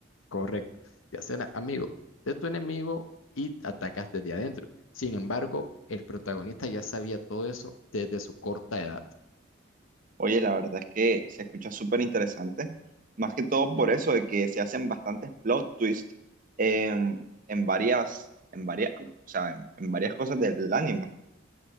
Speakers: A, on the left; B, on the right.
A: correcto, te haces a- amigo de tu enemigo y te atacas desde adentro. Sin embargo, el protagonista ya sabía todo eso desde su corta edad.
B: Oye, la verdad es que se escucha súper interesante. Más que todo por eso de que se hacen bastantes plot twists en, en varias, en varias, o sea, en, en varias cosas del anime.